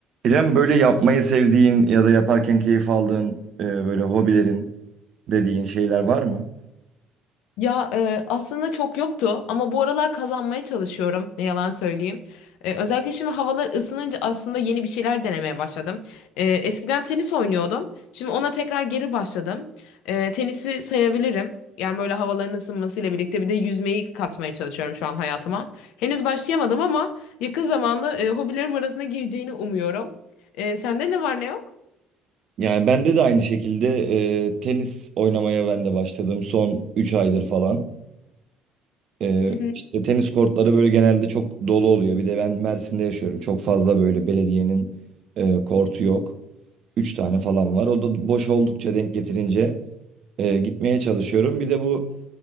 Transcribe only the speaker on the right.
İrem böyle yapmayı sevdiğin ya da yaparken keyif aldığın e, böyle hobilerin dediğin şeyler var mı?
Yani bende de aynı şekilde e, tenis oynamaya ben de başladım son 3 aydır falan. E,
işte tenis kortları böyle genelde çok dolu oluyor. Bir de ben Mersin'de yaşıyorum. Çok fazla böyle belediyenin e, kortu yok. üç tane falan var. O da boş oldukça denk getirince e, gitmeye çalışıyorum. Bir de bu